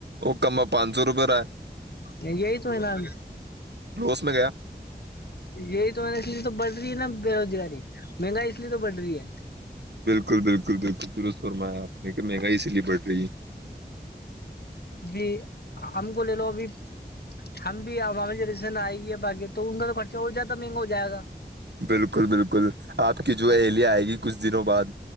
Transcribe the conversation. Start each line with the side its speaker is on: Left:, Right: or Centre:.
Right: وہ کم پانچ سو روپے رہا
Left: یہ یہیں تو ہے نا
Right: روس میں گ
Left: یہی توا اس لیے تو بڑھ رہی ہے نا بے روزگاری مہنگائی اس لیے تو بڑھ رہی ہے
Right: بالکل بالکل بالکل درست فرمایا اپنے کہ مہنگائی اسی لئے بڑ رہی ہے
Left: ج ہم کو لے لو ابھی ہم بھی آ بھی جس دن آئے گ ہے بای تو ان کا تو خرچہ اور زیادہ مہنگا ہو جائے گا
Right: ہے بالکل بالکل آپ کی جو اہلیہ آئے گی کچھ دنوں بعد